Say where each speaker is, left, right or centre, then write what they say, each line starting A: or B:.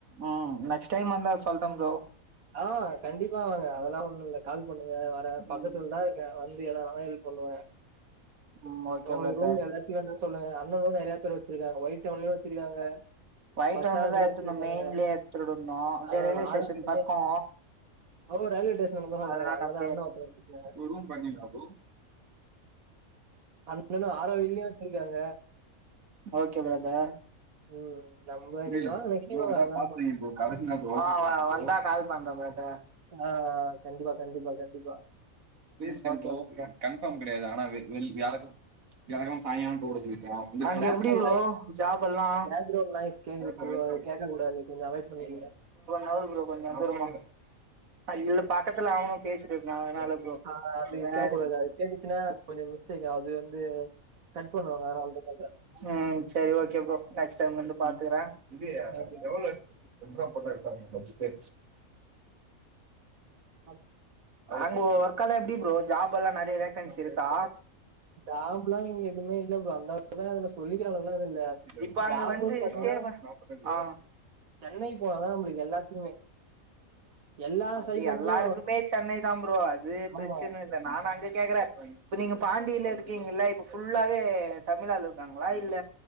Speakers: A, on the right (about 75°); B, on the right (about 80°).
A: ம் நெக்ஸ்ட் டைம் வந்தா சொல்றே ப்ரோ
B: ஆ கண்டிப்பா வாங்க அதெல்லா ஒண்ணு இல்ல கால் பண்ணுங்க வரே
A: ம்
B: பக்கத்துல தா க்கே வந்து எதா நாளு ஹெல்ப் பண்ணுவே
A: ம் ஓகே
B: உங்களுக்கு
A: பிரதர்
B: ரூம் ஏதாச் சு என்ன சொல்ல அண்ணனு நெறைய பேர் வச்சிருக்காங்க ஒயிட் டவுன்லயு வச்சிருக்காங்க
A: ஒயிட்
B: பஸ்
A: டவுன்லதா
B: ஸ்டாண்டுக்கே
A: எத்துருந்தோ
B: வச்சிருக்காங்க
A: மெயின்லயே எத்துருந்தோ அப்டியே
B: ஆ
A: ரயில்வே
B: ஆரோவில்லியே
A: ஸ்டேஷன் பக்கோ
B: ஓ ரயில்வே ஸ்டேஷன் தான் சொல்றாரு
A: அதனால
B: அங்கதான்
A: அப்டியே
B: அண்ண ஒருத்தங்க வச்சிருக்காங்க
A: ஓ ரூம் பாத்திங்களா ப்ரோ
B: அண்ணனு ஆரா வெயிலையு வச்சிருக்காங்க
A: ஓகே பிரதர்
B: ம் நம்ம
A: புரில
B: நீங்க வாங்க நெக்ஸ்ட் டைம்
A: ப்ரோ
B: வாங்க
A: எதாது
B: அதெல்லா
A: பாத்து வைங்க ப்ரோ கடைசி வந்தா கால் பண்றே ஃபிரதர்
B: ஆ கண்டிப்பா கண்டிப்பா கண்டிப்பா
A: <unintelligible> கன்ஃபாம் கெடையாது ஆனா வெ வெள்ளி வியாழகெழம வியாழகெழம சாயங்கால போட சொல்லி அங்க
B: பேக்ரவுண்ட்
A: எப்டி ப்ரோ ஜாப்பு எல்லா
B: பேக்ரவுண்ட் நாய்ஸ் கேக்குது
A: ப்ரோ கொஞ்ச
B: அது கேட்க கூடாது கொஞ்ச அவாய்ட் பண்ணிக்கங்க
A: நவுரு ப்ரோ கொஞ்ச தூரமா அ இல்ல பக்கத்துல அவனு பேசிட்டுருக்கா அதனால ப்ரோ
B: ஆ அது
A: வேற
B: கேக்க கூடாது அது கேட்டுச்சுன்னா கொஞ்ச மிஸ்டேக் அது வந்து கட் பண்ணுவாங்க வேற <unintelligible>
A: ம் சேரி ஓகே ப்ரோ நெக்ஸ்ட் டைம் வந்து பாத்துக்குறே
B: ம்
A: இது
B: ஓகே
A: எவளோ ரெண்டு ரூவா போட்டா எடுத்தா <unintelligible>
B: அவ்
A: அங்க ஒர்க எல்லா எப்டி ப்ரோ ஜாப் எல்லா நெறைய வேக்கன்சி இருக்கா
B: ஜாப்லா இங்க எதுவுமே இல்ல ப்ரோ அதா ல்லா இதுல சொல்லிக்கிற அளவுக்குல்லா எதுவு இல்ல
A: இப்ப அங்க
B: ஜாப்புன்னு
A: வந்து
B: பாத்தீங்கன்னா
A: ஸ்டே ஆ
B: சென்னை போனாதா நம்பளுக்கு எல்லாத்துக்குமே எல்லா
A: அது
B: சைட்ல
A: எல்லாருக்குமே
B: இருந்து
A: சென்னை தா ப்ரோ அது
B: நம்ம
A: பிரச்சன இல்ல நானு அங்க கேக்குற இப்ப நீங்க பாண்டியில இருக்கீங்கல்ல இப்ப ஃபுல்லாவே தமிழ் ஆளு இருக்காங்களா இல்ல